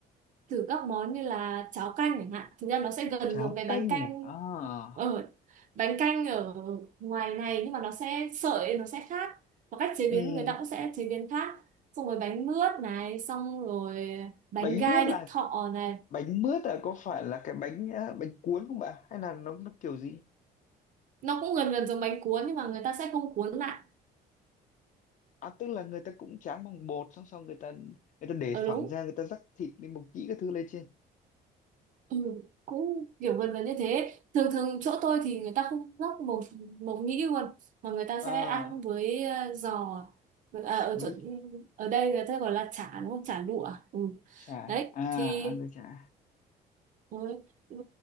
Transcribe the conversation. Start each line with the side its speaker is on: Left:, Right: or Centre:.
Right: thử các món như là cháo canh chẳng hạn thực ra nó sẽ gần
Left: cháo
Right: giống cái
Left: canh
Right: bánh canh
Left: à, à.
Right: ở bánh canh ở ngoài này nhưng mà nó sẽ sợi nó sẽ khác và cách chế
Left: Ừ.
Right: biến người ta cũng sẽ chế biến khác xong rồi bánh mướt này xong rồi bánh
Left: bánh
Right: gai
Left: mướt là
Right: Đức Thọ này
Left: bánh mướt là có phải là cái bánh ờ, bánh cuốn không bà hay là nó nó kiểu gì
Right: nó cũng gần gần giống bánh cuốn nhưng mà người ta sẽ không cuốn lại
Left: à tức là người ta cũng tráng bằng bột xong xong người ta người ta để
Right: ờ
Left: phẳng
Right: đúng
Left: ra người ta rắc thịt với mộc nhĩ các thứ lên trên
Right: Ừ, cũng kiểu gần gần như thế thường thường chỗ tôi thì người ta không lóc mộc mộc nhĩ luôn mà người ta
Left: à,
Right: sẽ ăn với ờ, giò Ờ, à, ở
Left: với
Right: chỗ ừ, ở đây người ta gọi là chả đúng không chả lụa ừ.
Left: chả
Right: đấy
Left: à
Right: thì
Left: ăn với chả
Right: Ừ. Ừ,